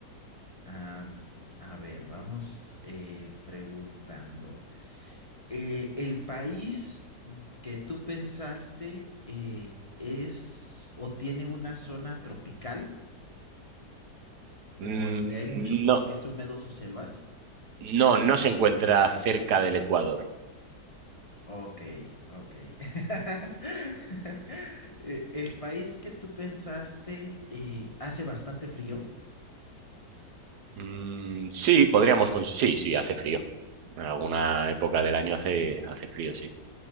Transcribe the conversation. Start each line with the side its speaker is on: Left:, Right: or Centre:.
Left: Am, a ver, vamos eh, preguntando. Eh, ¿el país que tú pensaste eh, es o tiene una zona tropical o
Right: Mm,
Left: donde hay muchos bosques
Right: No.
Left: húmedos o selvas?
Right: No, no se encuentra cerca del Ecuador.
Left: Ok, ok. <laughs> Eh, El país que tú pensaste eh, hace bastante frío.
Right: Mm, sí, podríamos... cons- Sí, sí, hace frío. En alguna época del año hace, hace frío, sí.